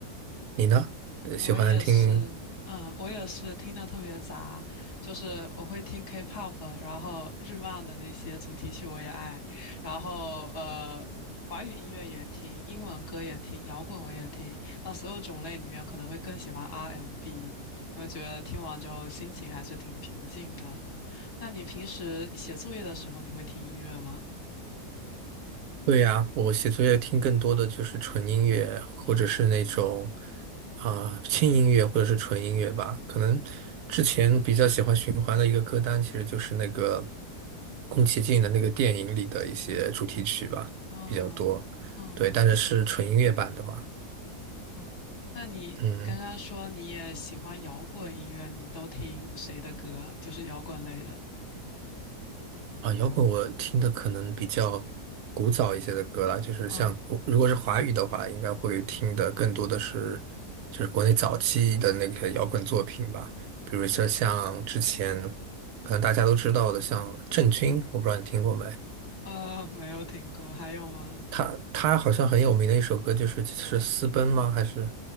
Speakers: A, on the right (about 80°); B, on the left (about 45°).
A: 你呢？呃喜欢听？
B: 我也是，嗯，我也是听的特别杂，就是我会听 K-pop，然后日漫的那些主题曲我也爱，然后呃，华语音乐也听，英文歌也听，摇滚我也听。那所有种类里面，可能会更喜欢 R&B，m 因为觉得听完之后心情还是挺平静的。那你平时写作业的时候，你会听音乐吗？
A: 对呀，我写作业听更多的就是纯音乐，或者是那种
B: 啊
A: 啊、轻音乐，或者是纯音乐吧。可能之前比较喜欢循环的一个歌单，其实就是那个宫崎骏的那个电影里的一些主题曲吧，
B: 啊啊！
A: 比较多。对，但是是纯音乐版的嘛。
B: 哦，那你刚刚说你也喜欢摇滚音乐，
A: 嗯，
B: 你都听谁的歌啊？就是摇滚类的。
A: 啊，摇滚我听的可能比较古早一些的歌啦，就是像国，
B: 嗯，
A: 如果是华语的话，应该会听的更多的是就是国内早期的那个摇滚作品吧，比如说像之前可能大家都知道的，像郑钧，我不知道你听过没？
B: 呃，<laughs> 没有听过，还有吗？
A: 他他好像很有名的一首歌就是是《私奔》吗？还是